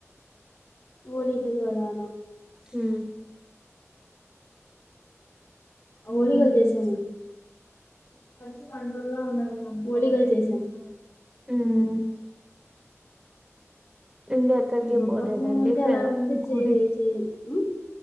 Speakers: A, on the left; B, on the right.
A: ఓలికలు గదా.
B: ఉమ్.
A: ఓరిగలు జేసా. <unintelligible> ఒలిగాలు చేసింద్.
B: ఉమ్ ఇంగ ఎక్కడికి
A: బొబ్బట్లు
B: పోలేదండి
A: అంటే,
B: ఫ
A: అలాంటివి అయితే
B: గుడి
A: చెయి, చెయి ఉమ్.